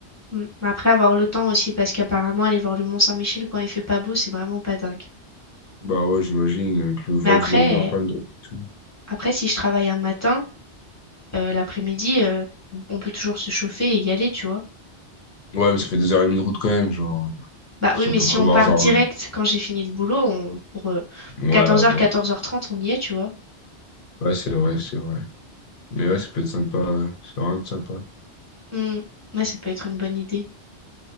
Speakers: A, on the left (about 15°); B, on the left (about 60°).
A: Mm. Mais Après avoir le temps aussi, parce qu'apparemment aller voir le Mont-Saint-Michel quand il fait pas beau, c'est vraiment pas dingue.
B: Bah ouais, j'imagine euh, que le vent,
A: Mais après,
B: qu'il doit y avoir plein de dents et tout.
A: après si je travaille un matin, euh, l'après-midi, euh, on peut toujours se chauffer et y aller, tu vois.
B: Ouais, mais ça fait deux heures et demie de route quand même, genre.
A: Bah
B: Si
A: oui, mais
B: on peut
A: si
B: prévoir,
A: on part
B: genre,
A: direct quand j'ai fini le boulot, on- pour, euh, pour
B: euh,
A: 14h,
B: ouais, à voir.
A: 14h30, on y est, tu vois.
B: Ouais, c'est vrai, c'est vrai. Mais ouais, ça peut être sympa. euh, Ça va être sympa.
A: Mm. Ouais, ça peut être une bonne idée.